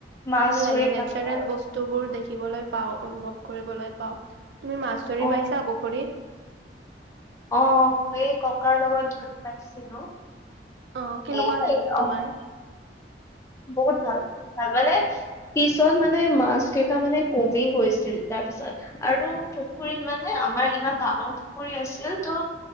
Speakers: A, on the left (about 15°); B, on the right (about 70°).
A: মাছ
B: ভাল
A: ধৰি
B: লাগে, নেচাৰেল
A: পাওঁ আৰু।
B: বস্তুবোৰ দেখিবলৈ পাওঁ, অনুভৱ কৰিবলৈ পাওঁ। তুমি মাছ ধৰি
A: অ
B: পাইছা পুখুৰীত?
A: অ' এই ককাৰ লগত ধৰি পাইছিলোঁ।
B: অ' কেনেকুৱা
A: এ,
B: লাগিল
A: অ'।
B: তোমাৰ?
A: বহুত ভাল, বহুত ভাল, মানে পিছত মানে মাছকেইটা মানে কমি গৈছিল তাৰপিছত আৰু পুখুৰীত মানে আমাৰ ইমান ডাঙৰ পুখুৰী আছিল ত'